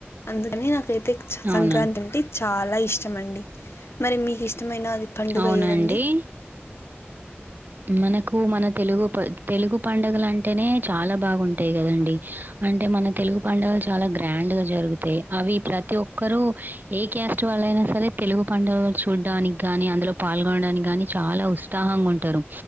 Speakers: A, on the left; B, on the right.
A: అందుకని నాక ప్ర సంక్రాంతి
B: అవునా?
A: అంటే చాలా ఇష్టం అండి మరి మీకు ఇష్టం మైన అది పండుగ
B: అవునండి.
A: ఎదండి
B: మనకు మన తెలుగు ప తెలుగు పండగలు అంటేనే చాలా బాగుంటాయి కదండి అంటే మన తెలుగు పండగలు చాలా గ్రాండ్ పండుగ జరుగుతాయి అవి ప్రతి ఒక్కరుూ ఏ క్యాస్ట్ వాళ్ళ అయినా సరే తెలుగు పండుగ చూడ్డానికి గాని అందులో పాల్గొనడానికి గాని చాలా ఉత్సాహంగా ఉంటారు